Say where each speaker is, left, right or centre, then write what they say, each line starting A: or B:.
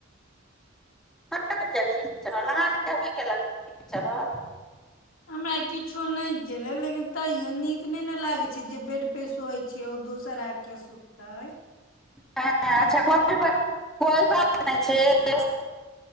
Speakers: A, in the centre; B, on the left.
A: <unintelligible>
B: हमरा किछो नहि केले लेकिन तैयो नीक नहि ने लागैत छै जे बेड पे सोए छियै ओ दोसर आ के सुतते
A: अच्छा कोई बात कोई बात नहि छै <unintelligible>